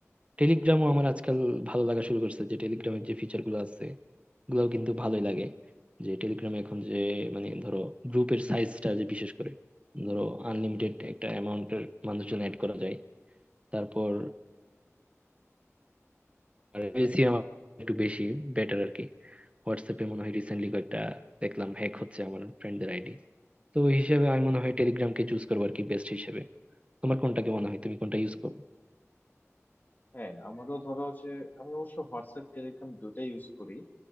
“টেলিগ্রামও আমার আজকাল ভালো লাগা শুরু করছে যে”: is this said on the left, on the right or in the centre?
Right